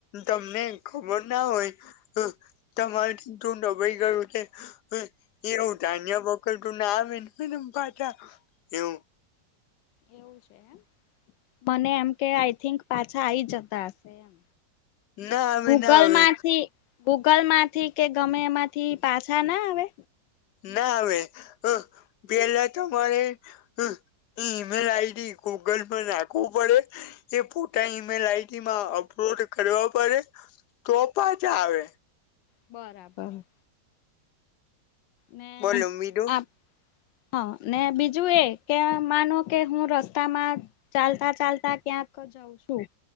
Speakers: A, on the left; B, on the left.
A: તમને ખબર ના હોય તમારેથી તું દબાઈ ગયું છે. એવું તન્યા બકલ તું ના આવે પાછા એવું.
B: એવું છે મને એમ કે આઈ થિંક પાછા આઈ જતા હશે એમ.
A: ના આવે
B: ગૂગલ
A: ના આવે
B: માંથી. ગૂગલ માંથી કે ગમે એમાંથી પાછા ના આવે.
A: ના આવે હ પેલા તમારે. હઅ ઈમેલ આઈડી ગૂગલ પર નાખવું પડે જે ફોટા ઈ-મેલ આઈડીમાં અપલોડ કરવા પડે તો પાછા આવે.
B: બરાબર. ને
A: બોલો બીજું
B: આ હા, ને બીજું એ કે માનો કે હું રસ્તામાં ચાલતા ચાલતા ક્યાંક જઉં શું